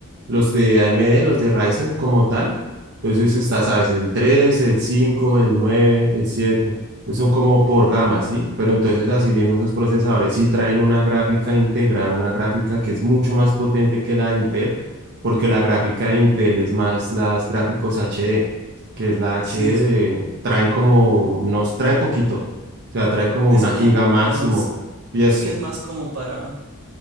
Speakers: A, on the right; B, on the right.
A: los de AMD, los de Ryzen como tal. Entonces está, sabes, el tres el cinco el nueve el siete Pues son como por gama, ¿sí? Pero entonces asimismo esos procesadores sí traen una gráfica integrada, una gráfica que es mucho más potente que la de Intel, porque la gráfica de Intel es más las gráficos HD, que es la HD,
B: Sí, es,
A: de- traen como, nos trae poquito, o sea, trae como
B: es
A: una
B: como,
A: giga máximo
B: nos,
A: y eso.
B: sí es más como para,